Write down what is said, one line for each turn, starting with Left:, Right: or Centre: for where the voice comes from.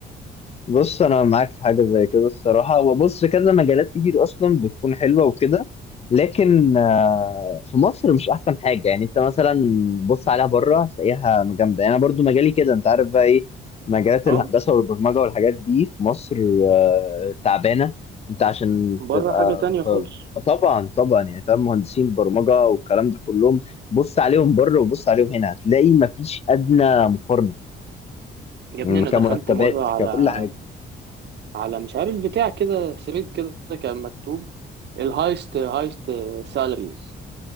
Left: بص انا معاك في حاجه زي كده الصراحه وبص كذا مجالات كتير اصلا بتكون حلوه وكده لكن آه، في مصر مش احسن حاجه يعني انت مثلا بص عليها بره هتلاقيها جامده يعني انا برضو مجالي كده انت عارف بقى ايه مجالات
Right: اه
Left: الهندسه والبرمجه والحاجات دي في مصر آه، تعبانه انت عشان
Right: بره
Left: تبقى
Right: حاجة تانية
Left: في
Right: خالص
Left: طبعا طبعا يعني فاهم مهندسين البرمجه والكلام ده كلهم بص عليهم بره وبص عليهم هنا هتلاقي مفيش ادنى مقارنه
Right: يا
Left: يعني
Right: ابني انا
Left: كمرتبات
Right: دخلت مرة على
Left: ككل حاجه
Right: على مش عارف بتاع كده ثريد كده كان مكتوب الهايست هايست سالاريز